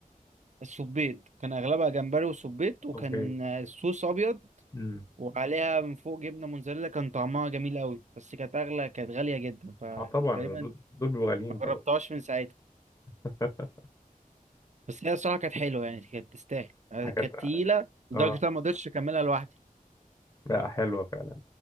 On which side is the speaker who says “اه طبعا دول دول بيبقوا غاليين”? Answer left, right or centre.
Left